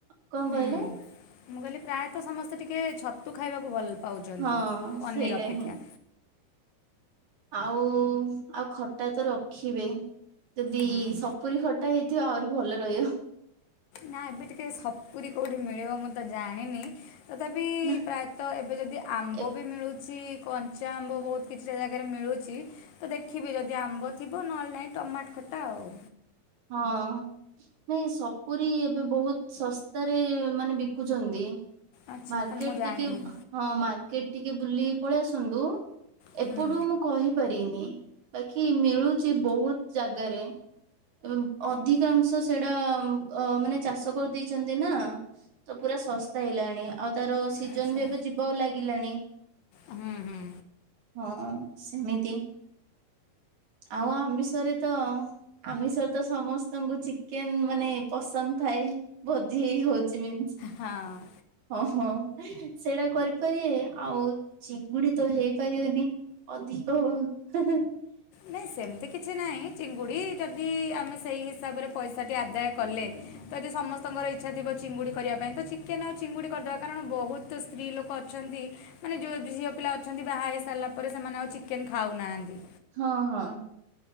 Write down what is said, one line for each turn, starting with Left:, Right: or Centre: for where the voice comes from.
Right: କଣ କହିଲେ?
Left: ମୁଁ କହିଲି ପ୍ରାୟେତ ସମସ୍ତେ ଟିକେ ଛତୁ ଖାଇବାକୁ ଭଲ ପାଉଚନ୍ତି
Right: ହଁ
Left: ପନିର
Right: ସେଇଟା
Left: ଅପେକ୍ଷା।
Right: ହିଁ ଆଉ ଆଉ ଖଟା ତ ରଖିବେ ଯଦି
Left: ହୁଁ
Right: ସପୁରୀ ଖ ଖଟା ହେଇଥିବ ଆହୁରି ଭଲ ରହିବ।
Left: ନା ଏବେ ଟିକେ ସପୁରି କୋଉଠି ମିଳିବ ମୁଁ ତ ଜାଣିନି। ତଥାପି
Right: ନା
Left: ପ୍ରାୟେତ ଏବେ ଯଦି ଆମ୍ବ
Right: ହଁ
Left: ବି ମିଳୁ ଛି କଞ୍ଚା ଆମ୍ବ ବୋହୁତ କିଛିଟା ଜାଗାରେ ମିଳୁଚି ତ ଦେଖି ଯଦ ଆମ୍ବ ଥିବ ନହେଲେ ନାହିଁ ଟମାଟ ଖଟା ଆଉ।
Right: ହଁ। ନାଇଁ ସପୁରୀ ଏବେ ବୋହୁତ ଶସ୍ତାରେ ମାନେ ବିକୁଛନ୍ତି।
Left: ଆଚ୍ଛା
Right: ମାର୍କେଟ୍
Left: ତାହେଲେ ମୁଁ ଜାଣିନି
Right: ଟିକେ ଅଃ ହଁ ମାର୍କେଟ୍ ଟିକେ ବୁଲିକି ପଳେଇ ଆସନ୍ତୁ
Left: ହୁଁ
Right: ଏପଟୁ ମୁଁ କହିପାରିନି। ବାକି ମିଳୁଚି ବୋହୁତ ଜାଗାରେ। ଏବଂ ଅଧିକାଂଶ ସେଇଡା ଅ ମାନେ ଚାଷ କରିଦେଇଚନ୍ତି ନା। ତ ପୁରା ଶସ୍ତା ହେଲାଣି ଆଉ ତାର ସିଜନ
Left: ଆଚ୍ଛା
Right: ବି ଏବେ ଯିବାକୁ ଲାଗିଲାଣି।
Left: ହୁଁ ହୁଁ।
Right: ହଁ ସେମିତି ଆଉ ଆମିଷରେ ତ ଆମିଷରେ ତ ସମସ୍ତଙ୍କୁ ଚିକେନ ମାନେ ପସନ୍ଦ ଥାଏ ଭୋଜି ହୋଉ ଚି ମନସ୍
Left: ହଁ
Right: ହଁ ହଁ ସେଇଟା କରିପାରିବେ ଆଉ ଚିଙ୍ଗୁଡି ତ ହେଇପାରିବନି। ଅଧିକ ହେଁ ହେଁ।
Left: ନାଇଁ ସେମତି କିଛି ନାହିଁ ଚିଙ୍ଗୁଡ଼ି ଯଦି ଆମେ ସେଇ ହିସାବରେ ପଇସାଟି ଆଦାୟ କଲେ ଯଦି ସମସ୍ତଙ୍କର ଇଚ୍ଛା ଥିବ ଚିଙ୍ଗୁଡ଼ି କରିବାପାଇଁ ତ ଚିକେନ ଆଉ ଚିଙ୍ଗୁଡ଼ି କରିଦେବା କାରଣ ବୋହୁ ତ ସ୍ତ୍ରୀଲୋକ ଅଛନ୍ତି ମାନେ ଯୋଉ ଝିଅପିଲା ଅଛନ୍ତି ବାହା ହେଇସାଇଲା ପରେ ସେମାନେ ଆଉ ଚିକେନ ଖାଉନାହାନ୍ତି।
Right: ହଁ ହଁ।